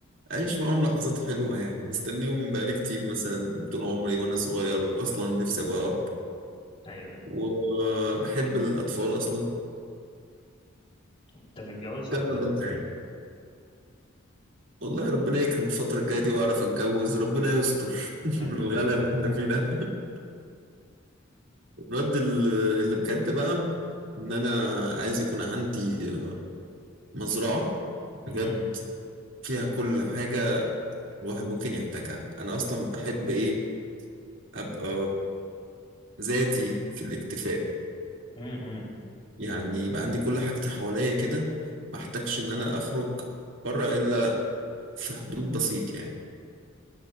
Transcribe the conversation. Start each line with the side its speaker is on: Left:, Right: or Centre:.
Right: أعيش معاهم لحظات حلوة يعني مستنيهم بقالي كتير مثلا طول عمري وأنا صغير أصلا نفسي أبقى أب
Left: ايوه
Right: وبحب الأطفال أصلا
Left: انت متجوز
Right: كذا
Left: ولا لا
Right: بالحياة والله ربنا يكرم الفترة الجاية دي وأعرف أتجوز ربنا يستر <laughs>
Left: امين
Right: من الغلا
Left: ربنا
Right: اللي إحنا
Left: معاك
Right: فيه ده الرد ال- اللي بجد بقى إن أنا عايز يكون عندي آه، مزرعة بجد
Left: مهم.
Right: فيها كل حاجة الواحد ممكن يحتاجها أنا أصلا بحب إيه أبقى ذاتي في الاكتفاء
Left: مم،
Right: يعني يبقى عندي كل حاجتي حواليا كده ما احتاجش إن أنا أخرج بره إلا في حدود بسيط يعني